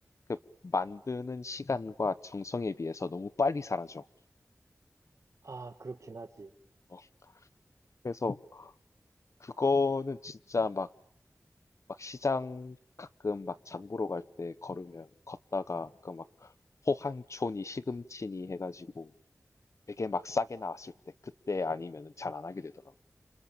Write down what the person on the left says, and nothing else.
그 만드는 시간과 정성에 비해서 너무 빨리 사라져.
어, 그래서 그거는 진짜 막 막 시장 가끔 막 장 보러 갈 때 걸으면 걷다가 그막 호황초니 시금치니 해가지고 되게 막 싸게 나왔을 때 그때 아니면 잘 안 하게 되더라고요.